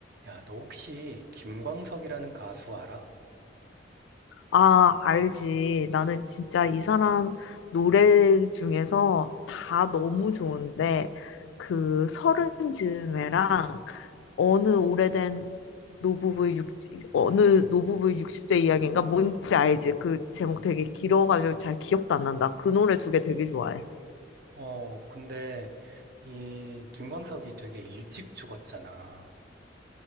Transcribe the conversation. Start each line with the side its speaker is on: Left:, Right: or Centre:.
Right: 야, 너 혹시 김광석이라는 가수 알아?
Left: 아, 알지. 나는 진짜 이 사람 노래 중에서 다 너무 좋은데, 그 서른 즈음에랑 어느 오래된 노부부의 육, 어느 노부부의 60대 이야기인가? 뭔지 알지? 그 제목 되게 길어가지고 잘 기억도 안 난다. 그 노래 두 개 되게 좋아해.
Right: 어, 근데 이 김광석이 되게 일찍 죽었잖아.